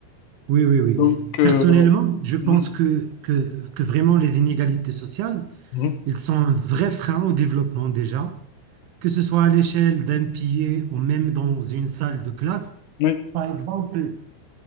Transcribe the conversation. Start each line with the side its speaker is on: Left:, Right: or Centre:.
Right: Oui, oui, oui.
Left: Donc, euh,
Right: Personnellement,
Left: voilà.
Right: je pense
Left: mhm,
Right: que, que, que vraiment les inégalités sociales,
Left: mhm,
Right: ils sont un vrai frein au développement déjà, que ce soit à l'échelle d'un pays ou même dans une salle de classe.
Left: oui,
Right: Par exemple,